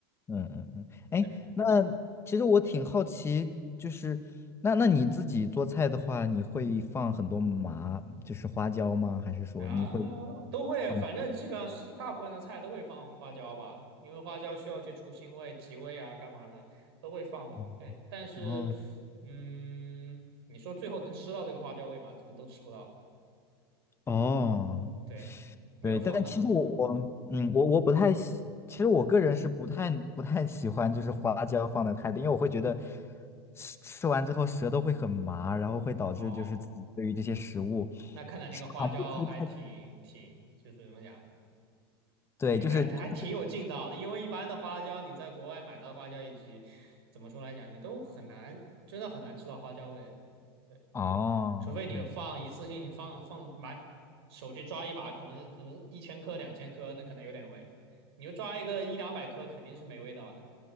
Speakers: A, on the left (about 20°); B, on the right (about 75°).
A: 嗯嗯嗯，哎，
B: 对。
A: 那其实我挺好奇，就是那那你自己做菜的话，你会放很多麻，就是花椒吗？还是说你会
B: 啊，都会，
A: 放？
B: 反正基本上是大部分的菜都会放花椒吧，因为花椒需要去除腥味、提味啊，干嘛的都会放吧。
A: 哦
B: 对，但是，
A: 哦
B: 嗯，你说最后能吃到这个花椒味吧，可能都吃不到。
A: 哦，
B: 对，没有放那么多。
A: 对，但其实我我嗯我我不太喜，其实我个人是不太不太喜欢就是花椒放的太多，因为我会觉得吃吃完之后舌头会很麻，然后会导致就是自己对于这些食物
B: 哦，那看来那个花椒还挺挺，
A: 尝不出太，
B: 就是怎么讲，
A: 对，
B: 还还还挺有劲道的。
A: 就是就是
B: 因为一般的花椒，你在国外买到的花椒以及怎么说来讲，你都很难，真的很难吃到花椒味的。对。
A: 哦，
B: 除非你放一次性放放买手去抓一把，
A: 对。
B: 可能可能一千颗两千颗，那可能有点味。你就抓一个一两百颗，肯定是没味道的。